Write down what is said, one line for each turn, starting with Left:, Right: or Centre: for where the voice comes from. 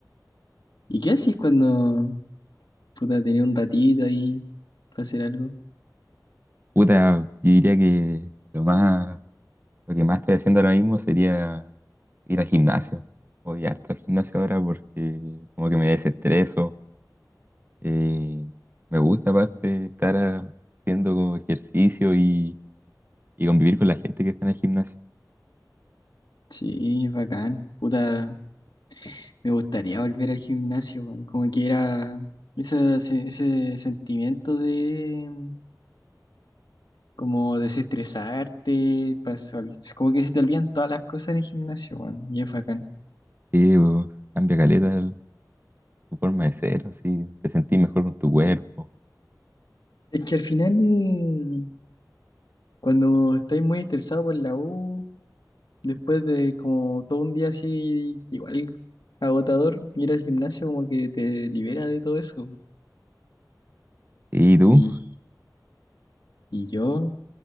Left: ¿Y qué haces cuando, puta, tenía un ratito ahí para hacer algo?
Right: Puta, yo diría que lo más, lo que más estoy haciendo ahora mismo sería ir al gimnasio. Voy harto al gimnasio ahora porque como que me desestreso. eh, me gusta aparte estar ah, haciendo como ejercicio y, y convivir con la gente que está en el gimnasio.
Left: Sí, es bacán. Puta, me gustaría volver al gimnasio, weón. Como que era esa se- ese, sentimiento de mm, como desestresarte, pasó, como que se te olvidan todas las cosas en el gimnasio, weón. Y es bacán.
Right: Sí, pues, cambia caleta el- tu forma de ser, así, te sentís mejor con tu cuerpo.
Left: Es que al final, eh, cuando estás muy estresado por la U, Después de como todo un día así, igual agotador, ir al gimnasio como que te libera de todo eso.
Right: Sí, ¿Y tú?
Left: Y, y yo,